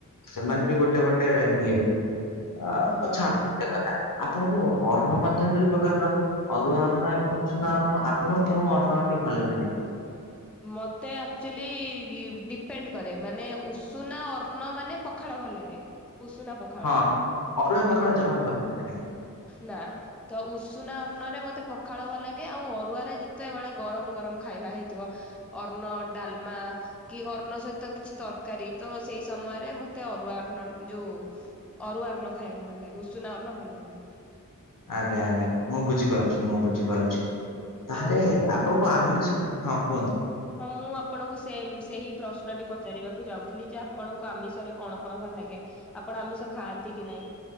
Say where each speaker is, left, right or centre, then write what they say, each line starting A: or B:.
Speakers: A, on the left; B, in the centre.
A: ସେମାନେ ବି ଗୋଟେ ଗୋଟେ ଇଏ ଆଉ
B: ହଁ।
A: ଛାଡ଼ନ ଗୋଟେ କଥା ଆପଣଙ୍କୁ ଅର୍ଣ ମଧ୍ୟ ଦୁଇ ପ୍ରକାରର ଅରୁଆ ଅର୍ଣ୍ଣ ଏବଂ ଉସୁନାଅର୍ଣ୍ଣ ଆପଣଙ୍କୁ କେଉଁ ଅନ୍ନଟି ଭଲ ଲାଗେ।
B: ମତେ ଆକ୍ଚୁଲି ଡିପେଣ୍ଡ କରେ ମାନେ ଉଷୁନା ଅର୍ଣ ମାନେ ପ ପଖାଳ ଭଲ ଲାଗେ ଉଷୁନା ପଖାଳ
A: ହଁ ଅରୁଆ ପଖାଳ
B: ଆଉ
A: ଜମା ଭଲ ଲାଗେ ନାହିଁ।
B: ନା ତ ଉଷୁନା ଅର୍ନ ରେ ମତେ ପଖାଳ ଭଲ ଲାଗେ ଆଉ ଅରୁଆରେ ଯେତେବେଳେ ଗରମ ଗରମ ଖାଇବା ହେଇ ଥିବ ଅର୍ଣ୍ଣ ଡାଲମା କି ଅର୍ଣ୍ଣ ସହିତ କିଛି ତରକାରୀ ତ ସେଇ ସମୟରେ ମତେ ଅରୁଆ ଅର୍ଣ୍ଣ ଯୋଉ ଅରୁଆ ଅର୍ଣ୍ଣ ଖାଇବାକୁ ଭଲ ଲାଗେ ଉଷୁନା ଅର୍ଣ୍ଣ ଭଲ ଲାଗେନି।
A: ଆଜ୍ଞା ଆଜ୍ଞା ମୁଁ ବୁଝିପାରୁଛି ମୁଁ ବୁଝିପାରୁଛି ତାହେଲେ
B: ଆଉ
A: ଆପଣଙ୍କୁ ଆମିଷ ହଁ କୁହନ୍ତୁ?
B: ହଁ ମୁଁ ଆପଣଙ୍କୁ ସେ ସେହି ପ୍ରଶ୍ନଟି ପଚାରିବାକୁ ଯାଉଥିଲି ଯେ ଆପଣଙ୍କୁ ଆମିଷରେ କଣ କଣ ଭଲ ଲାଗେ? ଆପଣ ଆମିଷ ଖାଆନ୍ତି କି ନାହିଁ